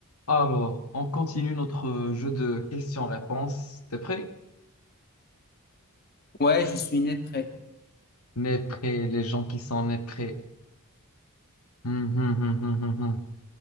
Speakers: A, on the left; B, on the left.
A: Alors, on continue notre euh, jeu de questions-réponses. T'es prêt?
B: Ouais, je suis né prêt.
A: N'est prêt, les gens qui sont nés prêts. Hum, hum, hum, hum, hum, hum.